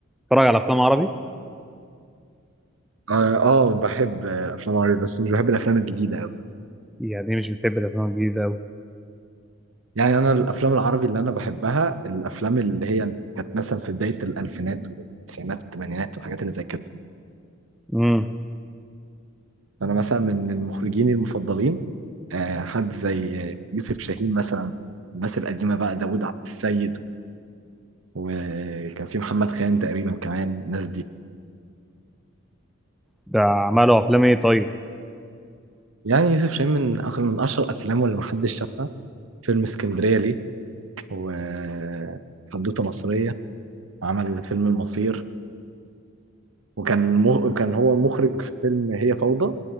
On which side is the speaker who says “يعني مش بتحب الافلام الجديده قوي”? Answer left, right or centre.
Centre